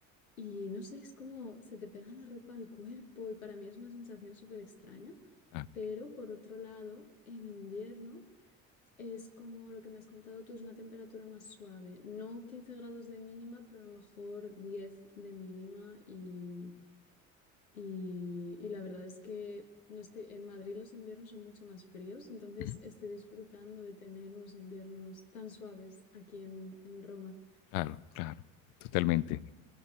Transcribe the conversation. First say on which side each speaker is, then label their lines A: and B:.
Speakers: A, on the left; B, on the left.
A: y no sé, es como se te pega la ropa al cuerpo y para mí es una sensación súper extraña.
B: ah,
A: Pero por otro lado, en invierno... Es como lo que me has contado tú, es una temperatura más suave. No 15 grados de mínima, pero a lo mejor 10 de mínima. Y, y- y la verdad es que no estoy, en Madrid los inviernos son mucho más fríos, entonces
B: ujú.
A: estoy disfrutando de tener unos inviernos tan suaves aquí en, en Roma.
B: Claro, claro, totalmente.